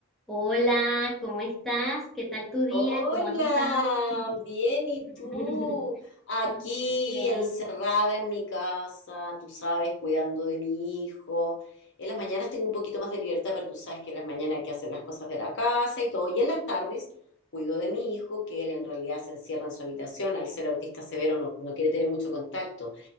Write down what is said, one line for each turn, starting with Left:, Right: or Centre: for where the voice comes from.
Centre: Hola, ¿cómo estás? ¿Qué tal tu día?
Left: Hola,
Centre: ¿Cómo has estado?
Left: bien, ¿y
Centre: <laughs>
Left: tú? Aquí
Centre: Bien.
Left: encerrada en mi casa, tú sabes, cuidando de mi hijo. En las mañanas tengo un poquito más de libertad, pero tú sabes que en las mañanas hay que hacer las cosas de la casa y todo. Y en las tardes cuido de mi hijo, que él en realidad se encierra en su habitación, al ser autista severo no, no quiere tener mucho contacto.